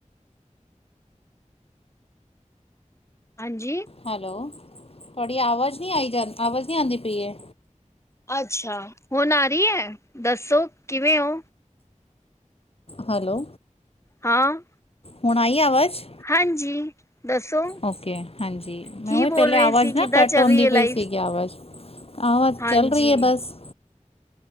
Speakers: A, on the left (about 20°); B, on the left (about 50°).
A: ਹਾਂਜੀ
B: ਹੈਲੋ ਤੁਆਡੀ ਆਵਾਜ਼ ਨਈ ਆਈ ਜਾਂਦੀ ਆਵਾਜ਼ ਨਈ ਆਂਦੀ ਪਈ ਏ।
A: ਅੱਛਾ ਹੁਣ ਆਰੀ ਏ ਦੱਸੋ ਕਿਵੇਂ ਓ
B: ਹੈਲੋ
A: ਹਾਂ
B: ਹੁਣ ਆਈ ਆਵਾਜ਼
A: ਹਾਂਜੀ ਦੱਸੋ
B: ਓਕੇ ਹਾਂਜੀ
A: ਕੀ
B: ਮੈਂ ਓ
A: ਬੋਲ
B: ਪੈਲੇ
A: ਰਹੇ
B: ਆਵਾਜ਼
A: ਸੀ? ਕਿੱਦਾਂ
B: ਨਾ ਘੱਟ
A: ਚੱਲ
B: ਆਉਂਦੀ
A: ਰਹੀ ਹੈ
B: ਪਈ
A: ਲਾਈਫ?
B: ਸੀਗੀ ਆਵਾਜ਼ ਆਵਾਜ
A: ਹਾਂਜੀ,
B: ਚੱਲ ਰਈ ਏ ਬਸ